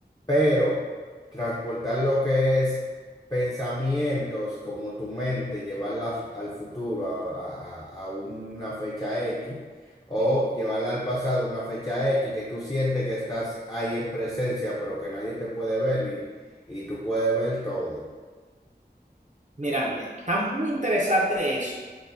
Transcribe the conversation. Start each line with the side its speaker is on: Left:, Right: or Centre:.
Left: pero transportar lo que es pensamientos como tu mente, llevarla f- al futuro, a, a- a una fecha X, o
Right: Sí.
Left: llevarla al pasado, una fecha X, que tú sientes que estás ahí en presencia, pero que nadie te puede ver ni, y tú puedes ver todo.
Right: Mira, me- está muy interesante eso.